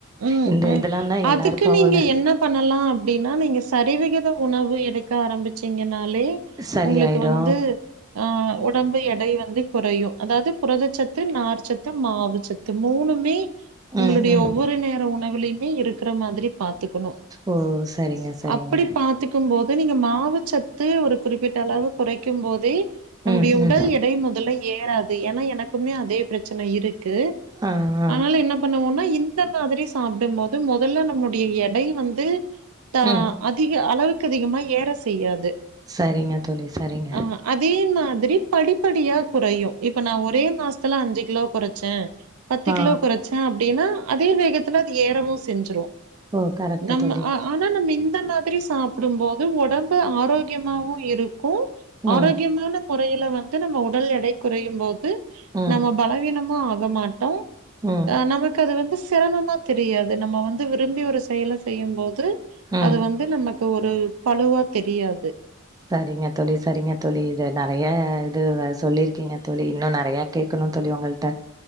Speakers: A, on the right (about 85°); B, on the right (about 15°).
A: ம்
B: இந்த
A: ம்
B: இதெல்லா தா எல்லாருக்கு
A: அதுக்கு நீங்க
B: உள்ள
A: என்ன பண்ணலா அப்டின்னா நீங்க சரிவிகித உணவு எடுக் க ஆரம்பிச்சிங்கனாலே
B: சரியாயிடு
A: உங்களுக்கு வந்து ஆ உடம்பு எடை வந்து குறையு அதாவது புரதச்சத்து நார் சத்து மாவு சத் து மூணுமே உங்களுடைய
B: ம் ம்
A: ஒ ஒரு நேர உணவுலயுமே இருக்கிற மாரி பாத்துக்கணு
B: ஓ சரிங்க சரிங்க
A: அப்டி பாத்துக் கும் போது நீங்க மாவு சத்து ஒரு குறிப்பிட்ட அளவு குறைக்கும் போதே நம்முடைய
B: ம் ம்
A: உடல் எடை மொதல்ல ஏறாது ஏனா எனக் எப்பவுமே அதே பிரச்சன இருக்கு
B: ஆ ஆ
A: ஆனாலு என்ன பண்ணுவோனா இந் இந்த மாதிரி சாப்டும்போது மொதல்ல நம்முடைய எடை வந்து தா
B: ம்
A: அதிக அளவுக்கு அதிகமா ஏற செய்யாது
B: சரிங்க தோழி சரிங்க
A: அ அதே மாதிரி படிப்படியா குறையு இப்ப நா ஒரே மாஸ் துல அஞ்சு கிலோ கொறச்சே பத்து
B: ஆ
A: கிலோ கொறச்சே அப்டினா அதே வேகத்துல அது ஏறவு செஞ்சுரு
B: ஓ கரெக்ட்டு
A: நம்ம
B: தோழி
A: ஆ ஆனா நம்ம இந்த மாதிரி சாப் டும்போது ஒடம்பு ஆரோக்யமாவு இருக்கு
B: ம்
A: ஆரோக்யமான முறையில வந்து நம்ம உடல் எடை குறையும் போது
B: ம்
A: நம்ம பலவீனமா ஆக மாட்டோ
B: ம்
A: ஆ நமக்கு அது வந்து சிரமமா தெரியாது நம்ம வந் து விரும்பி ஒரு செயல செய்யும்போது
B: ம்
A: அது வந்து நமக்கு ஒரு பழுவா தெரியாது
B: சரிங்க தோழி சரிங்க தோழி இது நெறைய இது சொல்லியிருக்கீங்க தோழி இன்னு நெறைய கேக்கணு தோழி உங்கள்ட்ட